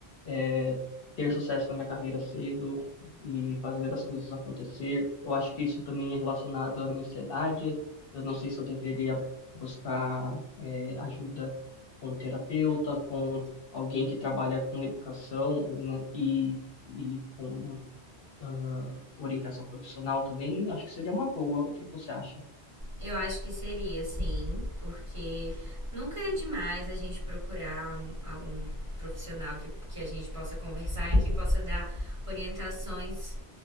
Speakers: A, on the left; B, on the right.
A: eh, ter sucesso na minha carreira cedo e fazer as coisas acontecer. Eu acho que isso também é relacionado à minha ansiedade. Eu não sei se eu deveria buscar é, ajuda com um terapeuta, com alguém que trabalha com educação, né, e, e com ah, orientação profissional também, acho que seria uma boa. O que você acha?
B: Eu acho que seria, sim, porque nunca é demais a gente procurar um, um profissional que, que a gente possa conversar e que possa dar orientações